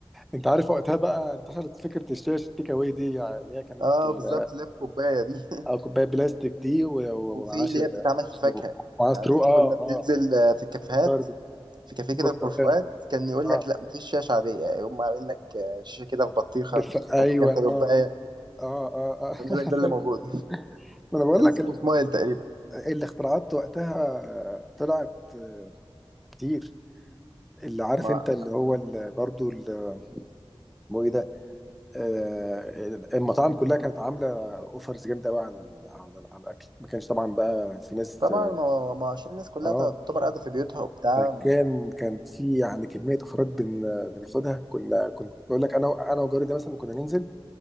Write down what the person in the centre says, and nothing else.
انت عارف وقتها بقى انتشرت فكره الشاشه التيك اواي دي يعني اللي هي كانت
ال-
آه، كوبايه بلاستيك دي و- و-
ومعاها
ش-
ومعاها
سترو
<laughs> اه
اه
برضه
برتقال
اه
بالف... ايوه
اه اه اه اه
<laughs> انا فاكر
ما انا بقول
لك
ال-
الاختراعات وقتها طلعت آه، كتير اللي عارف
انت اللي هو ال- برضه ال- اسمه ايه ده آه، المطاعم كلها كانت عامله اوفرز جامده قوي على ال- على ال- على الاكل ما كانش طبعا بقى في ناس
اه
فكان كان في يعني كميه اوفرات بن بناخدها كنا كنت بقول لك انا و- انا وجاري ده مثلا كنا ننزل